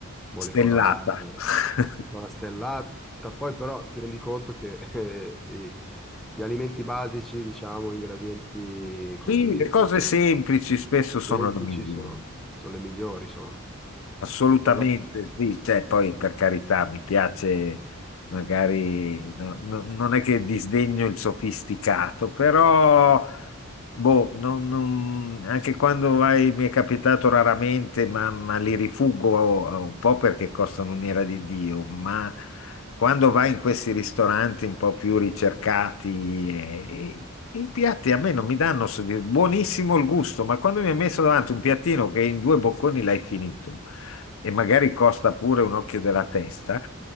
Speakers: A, in the centre; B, on the left.
A: molecolare
B: stellata. <laughs>
A: o particolare stellata, poi però ti rendi conto che <laughs> eh, i- gli alimenti basici, diciamo, ingredienti così
B: Sì, le cose semplici spesso sono
A: semplici
B: le migliori,
A: sono, sono le migliori, sono.
B: assolutamente,
A: Quello.
B: sì, cioè, poi per carità mi piace magari, no- no- non è che disdegno il sofisticato, però Boh, non- non- anche quando vai, mi è capitato raramente, ma, ma li rifuggo eh, un po' perché costano un'ira di Dio, ma quando vai in questi ristoranti un po' più ricercati, eh, i, i piatti a me non mi danno soddisf- buonissimo il gusto, ma quando mi hai messo davanti un piattino che in due bocconi l'hai finito e magari costa pure un occhio della testa,